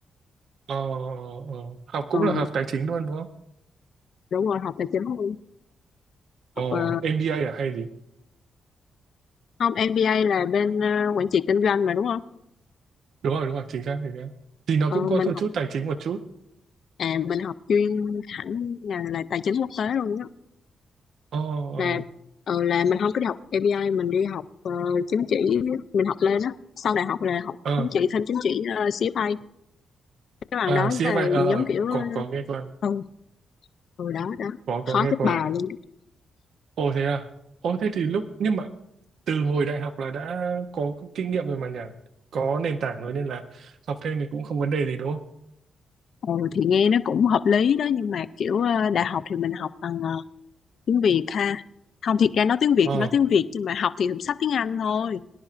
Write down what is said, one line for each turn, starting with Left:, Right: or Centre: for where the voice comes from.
Right: Ờ, ờ, ờ, học cũng
Left: ừ
Right: là học tài chính luôn đúng không?
Left: đúng rồi học tài chính luôn
Right: Ờ,
Left: học ờ,
Right: MBA à hay gì?
Left: không MBA là bên ờ, quản trị kinh doanh mà đúng không
Right: Đúng rồi, đúng rồi, chính xác, chính xác. Thì nó
Left: ừ,
Right: cũng có
Left: mình
Right: một
Left: học
Right: chút tài chính một chút.
Left: à mình học chuyên hẳn là, là tài chính quốc tế luôn đó
Right: Ờ, ờ,
Left: là ừ, là mình không có đi học MBA mình đi học ờ, chứng chỉ mình học lên đó sau đại học là học
Right: ờ,
Left: chứng chỉ thêm chứng chỉ uh, CFA cái bằng
Right: à,
Left: đó
Right: CFA,
Left: là
Right: ờ,
Left: giống
Right: ờ,
Left: kiểu
Right: có, có nghe qua,
Left: ờ, rồi đó đó
Right: có, có
Left: khó
Right: nghe
Left: chết
Right: qua.
Left: bà luôn
Right: Ồ thế à? Ồ thế thì lúc, nhưng mà từ hồi đại học là đã có kinh nghiệm rồi mà nhỉ? Có nền tảng rồi nên là học thêm thì cũng không vấn đề gì đúng không?
Left: đó. ừ, thì nghe nó cũng hợp lý đó nhưng mà kiểu ờ, đại học thì mình học bằng ờ, tiếng Việt ha không thiệt ra nói tiếng Việt
Right: Ờ,
Left: thì nói tiếng Việt nhưng mà học thì cũng sách tiếng Anh thôi